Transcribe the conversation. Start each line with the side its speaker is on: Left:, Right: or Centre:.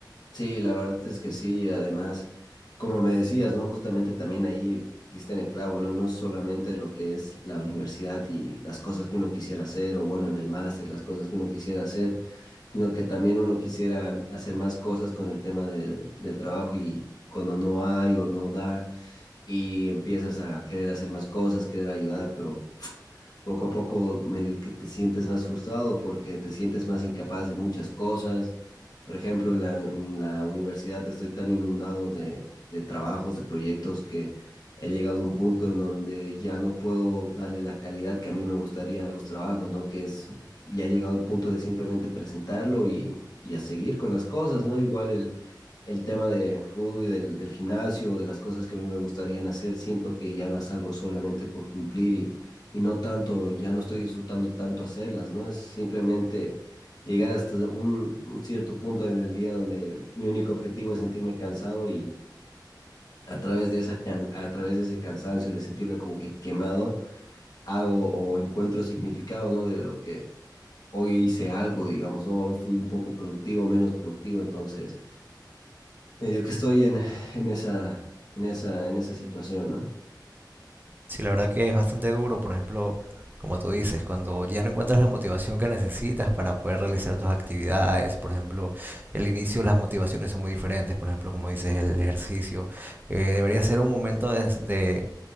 Left: Sí, la verdad es que sí, además, como me decías, ¿no? Justamente también ahí diste en el clavo, ¿no? No es solamente lo que es la universidad y las cosas que uno quisiera hacer, o bueno, en el máster, las cosas que uno quisiera hacer, sino que también uno quisiera hacer más cosas con el tema del, del trabajo y cuando no hay o no da y empiezas a querer hacer más cosas, querer ayudar, pero poco a poco medio que te sientes más frustrado porque te sientes más incapaz de muchas cosas. Por ejemplo, en la, en la universidad estoy tan inundado de, de trabajos, de proyectos que he llegado a un punto en donde ya no puedo darle la calidad que a mí me gustaría a los trabajos, ¿no? Que es, ya he llegado al punto de simplemente presentarlo y, y a seguir con las cosas, ¿no? Igual el, el tema de fútbol y del, del gimnasio, de las cosas que a mí me gustarían hacer, siento que ya las hago solamente por cumplir y, y no tanto, ya no estoy disfrutando tanto hacerlas, ¿no? Es simplemente llegar hasta un, un cierto punto en el día donde mi único objetivo es sentirme cansado y a través de esa can- a través de ese cansancio de sentirme como que quemado, hago o encuentro significado, ¿no? De lo que hoy hice algo, digamos, ¿no? Hoy fui un poco productivo, menos productivo, entonces medio que estoy en, en esa, en esa, en esa situación, ¿no?
Right: Sí, la verdad que es bastante duro, por ejemplo, como tú dices, cuando ya no encuentras la motivación que necesitas para poder realizar tus actividades, por ejemplo, el inicio, las motivaciones son muy diferentes, por ejemplo, como dices, el ejercicio, eh, debería ser un momento de,